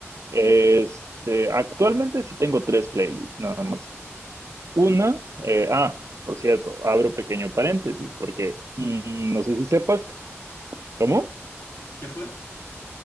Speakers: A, on the right; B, on the left.
A: Este, actualmente sí tengo tres playlists, nada más. Una, eh, ah, por cierto, abro pequeño paréntesis,
B: <laughs>
A: porque mm, no sé si sepas, ¿cómo?
B: ¿Qué fue?